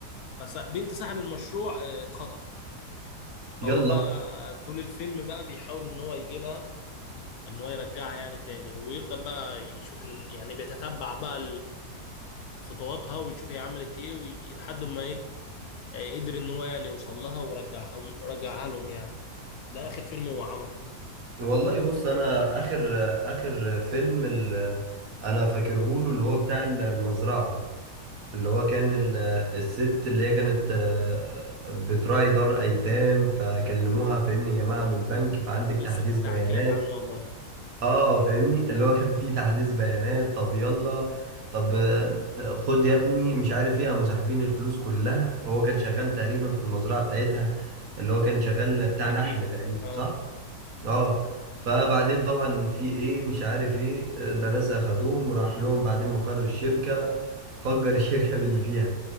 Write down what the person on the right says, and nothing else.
يلا
والله بص انا اخر اخر فيلم ال... انا فاكرهوله اللي هو بتاع المزرعة اللي هو كان ال- الست اللي هي كانت آه، بتراعي دار ايتام فكلموها فاهمني يا جماعه من البنك فعندك
تحديث
بيانات
اه فاهمني اللي هو كان فيه تحديث بيانات طب يلا طب آه، خد يا ابني مش عارف ايه قاموا ساحبين الفلوس كلها فهو كان شغال تقريبا في المزرعه بتاعتها اللي هو كان شغال بتاع
نحل
تقريبا
صح اه فبعدين طبعا في ايه مش عارف ايه آه، ده ناس اخدوهم راح لهم بعدين مقر الشركة فجر <laughs> الشركة باللي فيها